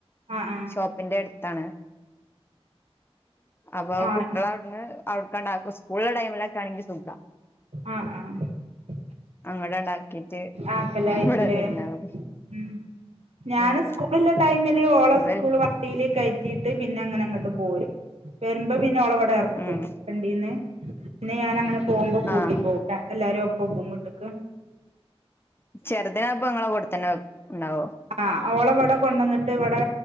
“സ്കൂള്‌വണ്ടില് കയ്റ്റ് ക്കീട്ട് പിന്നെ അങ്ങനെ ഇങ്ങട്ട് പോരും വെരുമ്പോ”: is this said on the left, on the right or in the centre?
Right